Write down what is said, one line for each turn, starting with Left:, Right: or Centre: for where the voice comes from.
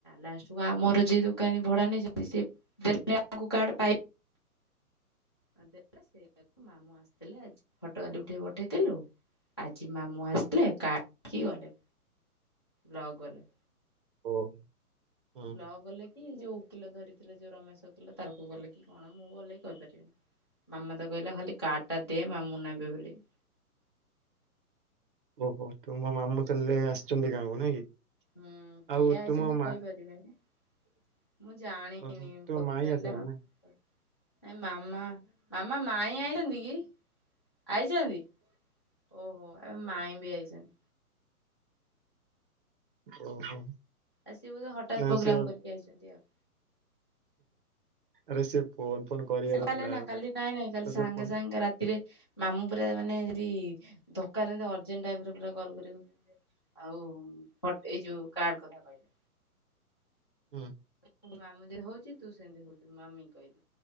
Left: ଲାଷ୍ଟ କୁ ଆମର ଯିଏ ଦୋକାନୀ ଭଡା ନେଇଛନ୍ତି, ସିଏ ଦେଲେ ଆମକୁ କାର୍ଡ ପାଇ ହଁ ଦେଲେ ସେଇଆକୁ ମାମୁଁ ଆସିଥିଲେ। ଆଜି ଫଟ କାଲି ଉଠେଇ ପଠେଇଥିଲୁ। ଆଜି ମାମୁଁ ଆସିଥିଲେ, କାର୍ଡ ଦେଇକି ଗଲେ ବ୍ଲକ ଗଲେ।
Right: ଓ। ହଁ
Left: ବ୍ଲକ ଗଲେ ଏଇ ଯୋଉ ଓକିଲ ଧରିଥିଲେ ଯୋଉ ରମେଶ ଓକିଲ, ତା ଘରକୁ ଗଲେ କି କଣ ମୁଁ ଭଲ କି କହିପାରିବିନି। ମାମା ତ କହିଲା ଖାଲି କାର୍ଡଟା ଦେ ମାମୁଁ ନେବେ ବେଲିକି।
Right: ଓ ହୋ ତୁମ ମାମୁଁ ତାହେଲେ ଆସିଚନ୍ତି ଗାଁକୁ ନାଇଁ କି?
Left: ହୁଁ, କିଏ
Right: ଆଉ
Left: ଆଇଚନ୍ତି
Right: ତୁମ ମା
Left: କହିପାରିବିନି? ମୁଁ ଜାଣିନି
Right: ଓହୋ ତୋ
Left: ପଚାରିଲେ
Right: ମାଇଁ ଆସିବନି
Left: ହବ,
Right: ନା
Left: ନାଇଁ ମାମା ମାମା ମାଇଁ ଆଇଚନ୍ତି କି? ଆଇ ଚନ୍ତି। ଓ ହୋ, ଆ ମାଇଁ ବି ଆଇଛନ୍ତି।
Right: ଓ ହୋ।
Left: ଆ ସିଏ ବୋଧେ ହଠାତ୍
Right: ନା
Left: ପୋଗ୍ରାମ
Right: ସେ
Left: କରିକି ଆଇଛନ୍ତି ଆଉ।
Right: ଆରେ ସେ ଫୋନ ଫୋନ କରିବାର
Left: <unintelligible>
Right: ଥିଲା
Left: ନା କାଲି ନାଇଁ ନାଇଁ କାଲି
Right: ତ
Left: ସାଙ୍ଗେ
Right: ସେ ଫୋନ
Left: ସାଙ୍ଗେ ରାତିରେ ମାମୁଁ ପୁରା ମାନେ ଯଦି ଦକାର ଯେନ୍ତି, ଅର୍ଜେଣ୍ଟ ଟାଇପର ପୁରା କଲ୍ କରି କହୁଛନ୍ତି ଯେ ଆଉ ଉଁ ଏଇ ଯୋଉ କାର୍ଡ କଥା କହିଲେ।
Right: ହୁଁ।
Left: ତୋ ମାମୁଁ ଯେ ହଉଚି, ତୁ ସେମତି ହଉଚୁ ମାମିକି କହିଲି।